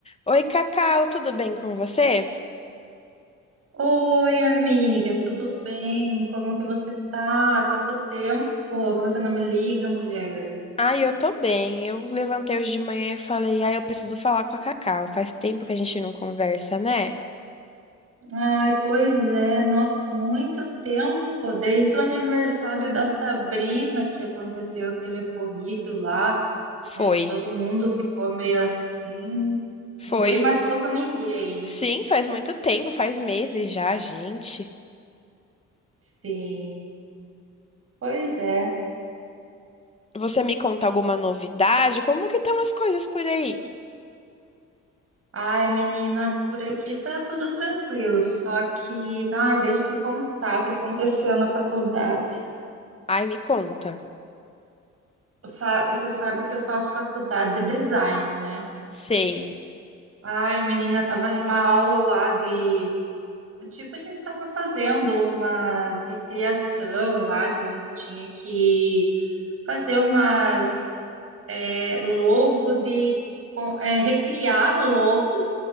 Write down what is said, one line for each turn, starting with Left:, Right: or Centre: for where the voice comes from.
Left: Oi, Cacau, tudo bem com você?
Right: Oi, amiga, tudo bem? Como que você tá? Quanto tempo que você não me liga, mulher?
Left: Ai, eu tô bem. Eu levantei hoje de manhã e falei, ai, eu preciso falar com a Cacau. Faz tempo que a gente não conversa, né?
Right: Ai, pois é, nossa, muito tempo, desde o aniversário da Sabrina que aconteceu aquele ocorrido lá, né,
Left: Foi,
Right: que todo mundo ficou meio assim, ninguém
Left: foi.
Right: mais falou com ninguém.
Left: Sim, faz muito tempo, faz meses já, gente.
Right: Sim, pois é.
Left: Você me conta alguma novidade? Como que estão as coisas por aí?
Right: Ai, menina, por aqui tá tudo tranquilo, só que, ai, deixa eu te contar o que aconteceu na faculdade.
Left: Ai, me conta.
Right: Sa- Você sabe que eu faço faculdade de design, né?
Left: Sei,
Right: Ai, menina, tava numa aula lá de. Tipo, a gente tava fazendo umas recriação lá, que a gente tinha que fazer umas é, logo de. com- é, recriar logos,